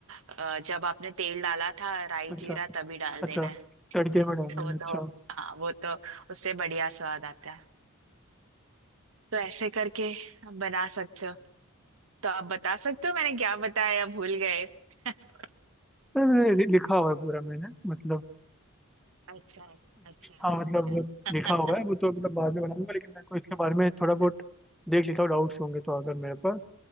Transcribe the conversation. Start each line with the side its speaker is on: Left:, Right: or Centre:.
Right: अ, जब आपने तेल डाला था राई
Centre: अच्छा
Right: जीरा तभी डाल
Centre: अच्छा
Right: देना है
Centre: तड़के
Right: ठीक है
Centre: में डालना
Right: वो
Centre: है
Right: तो
Centre: अच्छा
Right: हाँ वो तो उससे बढ़िया स्वाद आता है तो ऐसे करके आप बना सकते हो तो आप बता सकते हो मैंने क्या बताया भूल गए <laughs>
Centre: अरे, लि- लिखा हुआ है पूरा मैंने मतलब
Right: अच्छा अच्छा
Centre: हाँ
Right: नींद
Centre: मतलब वो
Right: आ-
Centre: लिखा हुआ है वो तो मतलब बाद में बनाऊंगा लेकिन मेरे को इसके बारे में थोड़ा बहुत
Right: <laughs>
Centre: देख लिखा डाउट्स होंगे तो अगर मेरे पास